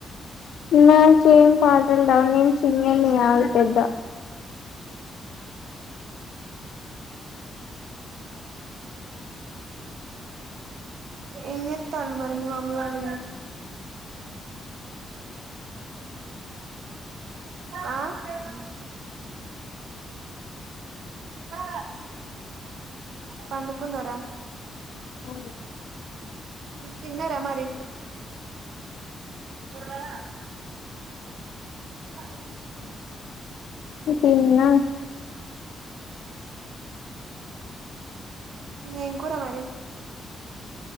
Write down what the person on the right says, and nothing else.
ఏం చెత్తాళ్లు మరి మీ మమ్మీ వాళ్ళగిన ఆ <unintelligible> ఆ పండకుంన్న ర
తిన్నార మరి బుడు బా <inaudible>
ఏం కూర మరి